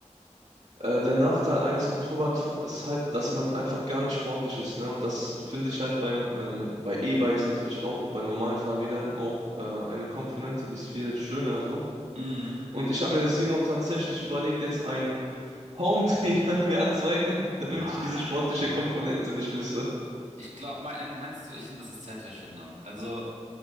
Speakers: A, on the right (about 65°); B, on the right (about 80°).
A: äh, der Nachteil eines Motorrads ist halt, dass man einfach gar nicht sportlich ist, ne? Und das finde ich halt beim, ähm, bei E-Bikes natürlich auch und bei normalen Fahrrädern auch äh, eine Komponente, die ist viel schöner so.
B: Mhm.
A: Und ich habe mir deswegen auch tatsächlich überlegt, jetzt einen Home-Trainer <laughs> mir anzueignen, damit
B: Nein.
A: ich diese sportliche Komponente nicht misse.
B: Ich glaube, mein, meinst du, ich finde, das ist Zeitverschwendung. Also,